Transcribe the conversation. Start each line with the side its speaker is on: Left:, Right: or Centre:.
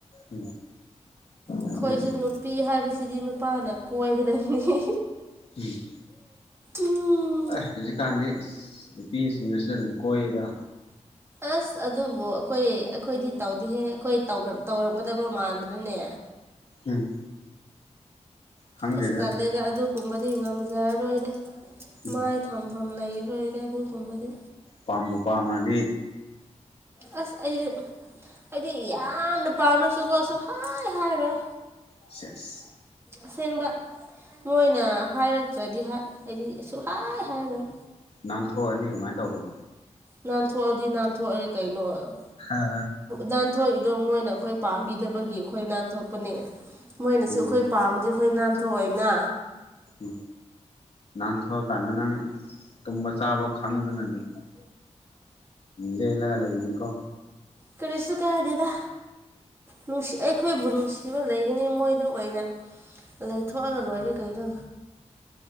Left: ꯎꯝ
Right: ꯑꯩꯈꯣꯏꯁꯨ
Left: ꯑꯗ
Right: ꯅꯨꯄꯤ ꯍꯥꯏꯕꯁꯤꯗꯤ ꯅꯨꯄꯥꯅ ꯀꯣꯏꯒꯗꯕꯅꯤ
Left: ꯎꯝ
Right: ꯎꯝ
Left: ꯑꯩ ꯍꯧꯖꯤꯛꯀꯥꯟꯗꯤ ꯅꯨꯄꯤꯁꯤꯡꯅꯁꯨ ꯑꯗꯨꯝ ꯀꯣꯏꯌꯦꯗ
Right: ꯑꯁ ꯑꯗꯨꯕꯨ ꯑꯩꯈꯣꯏ ꯑꯩꯈꯣꯏꯗꯤ ꯇꯧꯗꯤꯍꯦ ꯑꯩꯈꯣꯏ ꯇꯧꯔꯝꯒꯗꯕ ꯃꯥꯟꯕꯅꯅꯦ
Left: ꯎꯝ ꯈꯪꯗꯦꯗ
Right: ꯑꯁ ꯇꯜꯂꯦꯗ ꯑꯗꯨ ꯀꯨꯝꯕꯗꯤ ꯉꯝꯖꯔꯔꯣꯏꯔꯦ
Left: ꯎꯝ
Right: ꯃꯥꯏ ꯊꯝꯐꯝ ꯂꯩꯔꯔꯣꯏꯔ ꯑꯗꯨꯒꯨꯝꯕꯗꯤ
Left: ꯄꯥꯝꯕ ꯄꯥꯝꯅꯗꯤ
Right: ꯑꯁ ꯑꯩꯗꯤ ꯑꯩꯗꯤ ꯌꯥꯝꯅ ꯄꯥꯝꯃꯁꯨꯀꯣ ꯁꯨꯝ ꯍꯥꯏ ꯍꯥꯏꯔꯣꯏ
Left: ꯁꯦꯁ
Right: ꯑꯁꯦꯡꯕ ꯃꯣꯏꯅ ꯍꯥꯏꯔꯛꯇ꯭ꯔꯗꯤ ꯑꯩꯗꯤ ꯁꯨꯛꯍ ꯍꯥꯏꯔꯣꯏ
Left: ꯅꯥꯟꯊꯣꯛꯑꯗꯤ ꯀꯃꯥꯏꯅ ꯇꯧꯕ
Right: ꯅꯥꯟꯊꯣꯛꯑꯗꯤ ꯅꯥꯟꯊꯣꯛꯑꯔꯦ ꯀꯩꯅꯣ ꯑꯣꯏ
Left: ꯍꯥ
Right: ꯅꯥꯟꯊꯣꯛꯏꯗꯣ ꯃꯣꯏꯅ ꯑꯩꯈꯣꯏ ꯄꯥꯝꯕꯤꯗꯕꯒꯤ ꯑꯩꯈꯣꯏ ꯅꯥꯟꯊꯣꯛꯄꯅꯦ ꯃꯣꯏꯅꯁꯨ
Left: ꯎꯝ
Right: ꯑꯩꯈꯣꯏ ꯄꯥꯝꯝꯕꯗꯤ ꯑꯩꯈꯣꯏ ꯅꯥꯟꯊꯣꯛ ꯑꯣꯏꯅ
Left: ꯎ ꯟꯊꯣꯛꯑꯀꯥꯟꯗ ꯅꯪ ꯇꯨꯝꯕ ꯆꯥꯕ ꯈꯪꯗꯅꯥ ꯑꯗꯨꯝ ꯂꯦꯂꯒ ꯂꯩꯏꯅꯤꯀꯣ
Right: ꯀꯔꯤꯁꯨ ꯀꯥꯏꯗꯦꯗ ꯅꯨꯡꯁꯤ ꯑꯩꯈꯣꯏꯕꯨ ꯅꯨꯡꯁꯤ ꯐꯤꯕ ꯂꯩꯒꯅꯤ ꯃꯣꯏꯗ ꯑꯣꯏꯅ ꯂꯩꯊꯣꯛꯑꯒ ꯂꯣꯏꯔꯦ ꯀꯩꯅꯣ